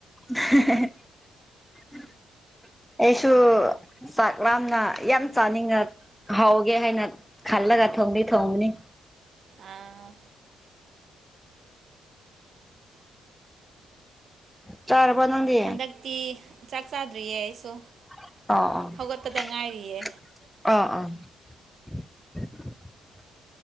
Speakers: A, in the centre; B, on the right.
A: <inaudible> ꯑꯩꯁꯨ ꯆꯥꯛ ꯂꯥꯝꯅ ꯌꯥꯝ ꯆꯥꯅꯤꯡꯉ ꯍꯥꯎꯒꯦ ꯍꯥꯏꯅ ꯈꯜꯂꯒ ꯊꯣꯡꯗꯤ ꯊꯣꯡꯅꯤ
B: ꯑꯥ
A: ꯆꯥꯔꯕꯣ ꯅꯪꯗꯦ
B: ꯍꯟꯗꯛꯇꯤ ꯆꯥꯛ ꯆꯥꯗ꯭ꯔꯤꯌꯦ ꯑꯩꯁꯨ
A: <inaudible>
B: ꯍꯧꯒꯠꯄꯗ ꯉꯥꯏꯔꯤꯌꯦ
A: <inaudible>